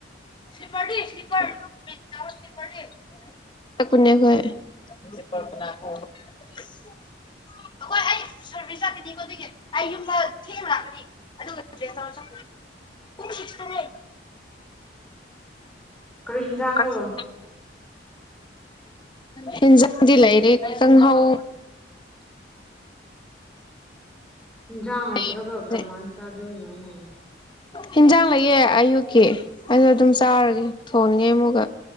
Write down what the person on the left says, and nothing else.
ꯁꯤꯄꯥꯀꯄ ꯀꯨꯅ ꯀ ꯑꯩꯈꯣꯏ ꯑꯩ ꯁꯔꯚꯤꯁ ꯆꯥꯛꯀꯅꯤꯀꯣ ꯑꯗꯨꯒꯤ ꯑꯩ ꯌꯨꯝꯗ ꯊꯦꯡꯕ ꯂꯥꯛꯀꯅꯤ ꯑꯗꯨꯒ ꯔꯤꯄ꯭ꯂꯦꯁ ꯇꯧꯔ ꯆ ꯈꯤꯀꯅ
ꯀꯁꯤ ꯍꯖꯗꯤ ꯂꯩꯔꯦ ꯀꯪ ꯍꯥꯎ
ꯅꯦ ꯕꯤꯟꯁꯅꯦ
ꯍꯤꯟꯖꯥꯡ ꯂꯩꯌꯦꯦ ꯑꯌꯨꯛꯀꯤ ꯑꯩꯅꯣ ꯑꯗꯨꯝ ꯆꯥꯔꯒꯦ ꯊꯣꯡꯅꯤꯡꯉꯩ ꯑꯃꯨꯛꯀ